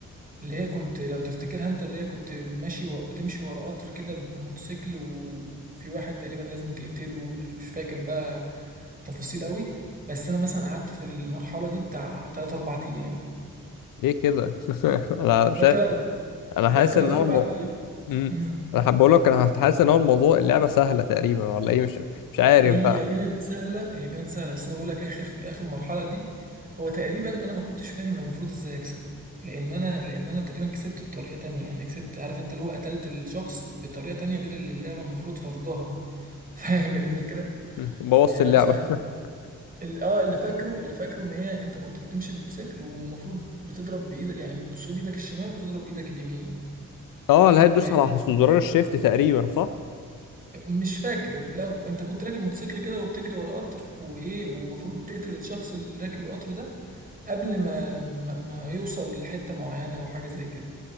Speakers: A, on the right; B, on the left.
A: اللي هي كنت لو تفتكرها انت اللي هي كنت ماشي و... بتمشي ورا قطر كده بموتوسيكل وفي واحد تقريبا لازم تقتله مش فاكر بقى تفاصيل قوي بس انا مثلا قعدت في المرحلة دي بتاع 3 4 ايام
B: ليه كده؟ <laughs> أنا مش
A: ده
B: عارف
A: تا-
B: أنا
A: ده
B: حاسس
A: 3
B: إن هو
A: 4
B: الموضوع
A: ايام
B: مم.
A: امم
B: أنا حابب أقول لك أنا حاسس إن هو الموضوع اللعبة سهلة تقريبا ولا إيه مش مش عارف
A: هي
B: بقى
A: كانت سهله هي كانت سهله بس انا بقول لك اخر في اخر المرحله دي هو تقريبا انا ما كنتش فاهم أنا المفروض ازاي اكسب لان انا لان انا تقريبا كسبت بطريقه تانية يعني كسبت عارف انت اللي هو قتلت الشخص بطريقه تانية غير اللي اللعبه المفروض فرضها <laughs> فاهم الفكره
B: مم. بوظت
A: يعني
B: اللعبة
A: انا شا...
B: <laughs>
A: ال- اه اللي فاكره اللي فاكره ان هي انت كنت بتمشي بموتوسيكل والمفروض بتضرب بايدك يعني بتسوق بايدك الشمال وتضرب بايدك اليمين
B: أه اللي هي تدوس
A: آه،
B: على زرار الشيفت تقريبا صح؟
A: مش فاكر لا انت كنت راكب موتوسيكل كده وبتجري ورا قطر وايه ومفروض تقتل الشخص اللي راكب القطر ده قبل ما ما ما يوصل لحتة معينة أو حاجة زي كده